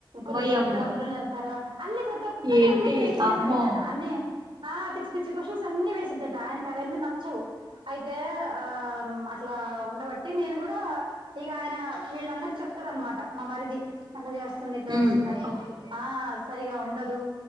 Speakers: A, on the right; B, on the right.
A: కొలిక్స్
B: ఓయమ్మో
A: అందరు అందులోనే ఎళ్తారా అన్ని ప్రతొక్కటి
B: ఏంటి
A: అన్ని ఫేస్ టు ఫేస్
B: అమ్మో
A: అడిగిద్దట అన్నీ ఆ పిచ్చి పిచ్చి క్వశన్స్ అన్ని వేసిద్దట ఆయనకవన్నీ నచ్చవ్ అయితే ఆ అట్లా ఉండబట్టి నేను కూడా ఇక ఆయన వీళ్ళందరు చెప్తాడనమాట మా మరిది అట్లా చేస్తుంది ఇట్లా
B: ఉమ్
A: చేస్తుందని
B: ఓకే
A: ఆ సరిగా ఉండదు